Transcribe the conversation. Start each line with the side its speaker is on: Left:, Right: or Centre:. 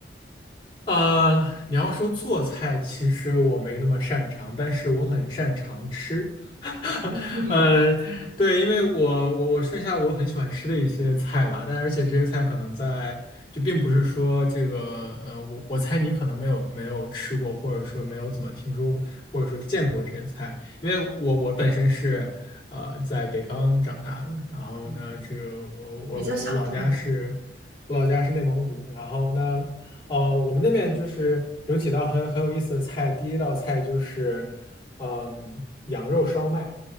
Left: 呃，你要说做菜，其实我没那么擅长，但是我很擅长吃。<laughs>
Right: 嗯
Left: 呃，对，因为我我我说一下我很喜欢吃的一些菜吧，但而且这些菜可能在就并不是说这个呃，我我猜你可能没有没有吃过，或者说没有怎么听说过，或者说见过这些菜，因为我我本身是呃在北方长大的，然后呢，
Right: 嗯，
Left: 这个我我我老家是我老家是内蒙古，
Right: 比较小众，
Left: 然后呢。呃，我们那边就是有几道很很有意思的菜。第一道菜就是，嗯，羊肉烧麦。